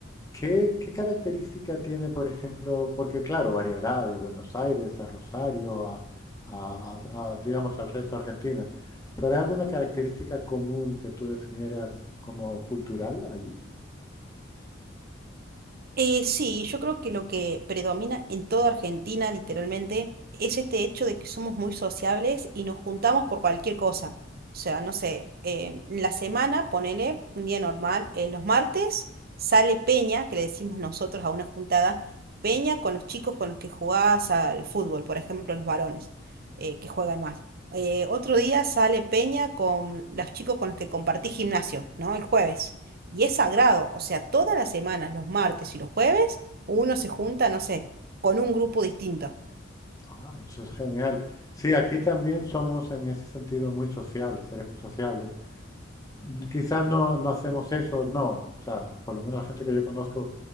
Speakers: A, on the left; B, on the right.
A: ¿Qué, qué característica tiene, por ejemplo, porque claro, variará de Buenos Aires a Rosario, a, a- a- a, digamos, al resto de Argentina, pero ¿hay alguna característica común que tú definieras como cultural allí?
B: Eh, sí, yo creo que lo que predomina en toda Argentina, literalmente, es este hecho de que somos muy sociables y nos juntamos por cualquier cosa. O sea, no sé, eh, la semana, ponele un día normal, eh, los martes sale Peña, que le decimos nosotros a una juntada, Peña con los chicos con los que jugás al fútbol, por ejemplo, los varones, eh, que juegan más. Eh, otro día sale Peña con los chicos con los que compartís gimnasio, ¿no? El jueves. Y es sagrado, o sea, todas las semanas, los martes y los jueves, uno se junta, no sé, con un grupo distinto.
A: Ah, eso es genial. Sí, aquí también somos en ese sentido muy sociables, seres muy sociables. Mm, Quizás no, no hacemos eso, no, o sea, por lo menos la gente que yo conozco,